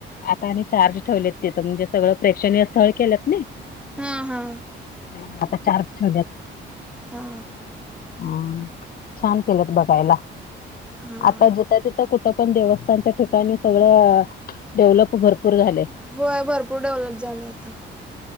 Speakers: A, on the left; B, in the centre.
A: आता आणि चार्ज ठेवलेत तिथं,, म्हणजे सगळं प्रेक्षणीय स्थळ केल्यात नई
B: हा
A: हा, आता चार्ज ठेवल्यात.
B: हा
A: हम! छान केल्यात बघायला.
B: हा
A: आता जिथं-तिथं कुठं पण, देवस्थानच्या ठिकाणी सगळं डेव्हलप भरपूर झालय.
B: होय भरपूर डेव्हलप झालं आता